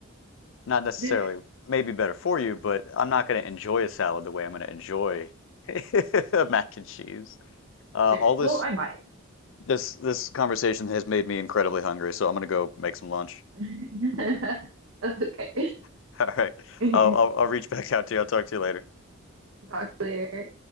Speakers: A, on the left (about 70°); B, on the right (about 75°).
A: Not necessarily
B: Like,
A: maybe better for you, but I'm not going to enjoy a salad the way I'm going to enjoy <laughs> mac and cheese. Uh,
B: Serious.
A: all this
B: Well, I might.
A: this this conversation has made me incredibly hungry, so I'm going to go make some lunch.
B: <laughs> Okay.
A: <laughs> All right.
B: <laughs>
A: I'll, I'll I'll reach back out to you. I'll talk to you later.
B: Talk later.